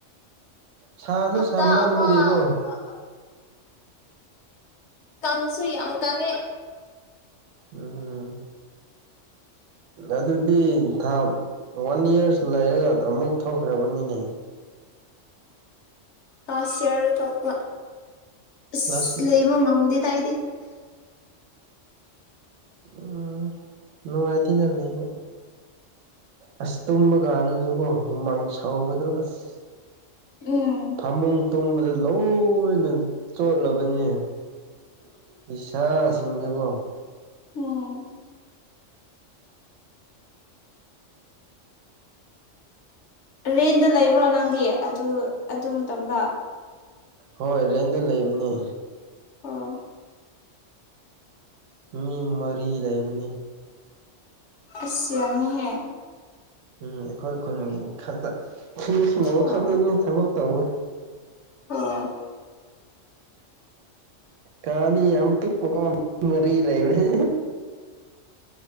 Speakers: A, on the right; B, on the left.
A: ꯁꯥꯁꯨ
B: ꯍꯞꯇꯥ
A: ꯁꯥꯃꯟꯕꯒꯤꯀꯣ
B: ꯑꯃꯒꯨꯝꯕ ꯀꯪꯁꯨꯨ ꯌꯥꯝ ꯀꯪꯉꯦ
A: ꯎꯝ ꯑꯗꯨꯗꯤ ꯊꯥ ꯋꯥꯟ ꯌꯤꯔꯁ ꯂꯩꯔꯒ ꯑꯃꯨꯛ ꯊꯣꯛꯗ꯭ꯔꯕꯅꯤꯅꯦ
B: ꯎꯝ <unintelligible> ꯌꯤꯔꯗ ꯊꯣꯛꯄ ꯑꯁ
A: ꯂꯥꯁ
B: ꯂꯩꯕ ꯉꯝꯗꯦ ꯑꯩꯗꯤ
A: ꯎꯝ ꯅꯨꯡꯉꯥꯏꯇꯦꯅ ꯂꯩꯕ ꯑꯁ ꯇꯨꯝꯕ ꯀꯥꯟꯗꯁꯨꯀꯣ ꯍꯨꯃꯥꯡ ꯁꯧꯎꯕꯗꯨ ꯑꯁ
B: ꯎꯝ
A: ꯐꯃꯨꯡ ꯇꯨꯝꯕꯗ ꯂꯣꯏꯅ ꯆꯣꯠꯂꯕꯅꯤ ꯏꯁꯥꯖꯤꯡ <unintelligible>
B: ꯎꯝ ꯔꯦꯟꯗ ꯂꯩꯕ꯭ꯔꯣ ꯅꯪꯗꯤ ꯑꯥꯗꯨ ꯑꯥꯗꯨ ꯃꯇꯝꯗ
A: ꯍꯣꯏ ꯔꯦꯟꯗ ꯂꯩꯕꯅꯤ
B: ꯑꯣ
A: ꯃꯤ ꯃꯔꯤ ꯂꯩꯕꯅꯤ
B: ꯑꯁ ꯌꯥꯝꯃꯤꯍꯦ
A: ꯎꯝ ꯑꯩꯈꯣꯏ ꯈꯨꯟꯒꯤ ꯈꯛꯇ <unintelligible>
B: ꯑꯣ
A: ꯈꯛꯇꯅꯤ ꯊꯕꯛ ꯇꯧꯕ <unintelligible>
B: ꯑꯣ
A: ꯀꯥꯗꯤ ꯌꯥꯝ ꯄꯤꯛꯄꯀꯣ ꯃꯔꯤ ꯂꯩꯕꯅꯦ ꯍꯦꯍꯦ